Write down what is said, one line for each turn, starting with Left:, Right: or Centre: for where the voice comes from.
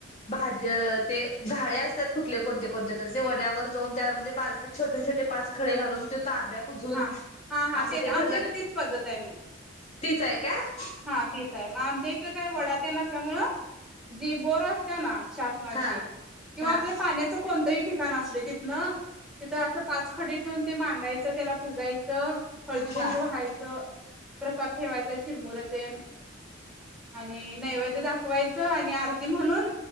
Left: भाज ते झाळे असतात कुठले कोणते कोणते त जे वड्यावर जाऊन त्यामध्ये बारके छोटे छोटे पाच खडे घालून तांब्या पुजून
Centre: हा हा हा
Left: असं
Centre: तेच
Left: ते
Centre: आमच्या
Left: घरलात
Centre: इथं तीच पद्धत आहे मग
Left: तेच हाय काय?
Centre: हा तेच हाय म आमच्या इथं काय वडा तेन नसल्यामुळं जी बोरं असत्या ना शासनाची
Left: हा
Centre: हाय किंवा
Left: हा
Centre: आपल्या पाण्याचं कोणतही ठि <unintelligible> असुदे तिथनं तिथं असं पाच खडे ठेवून ते मांडायचं त्याला पुजाय चं हळदी, कुंकू
Left: हा हा
Centre: व्हायचं प्रसाद ठेवायचा चिरमुर तेन आणि नैवेद्य दाखवायचं आणि आर ती म्हणून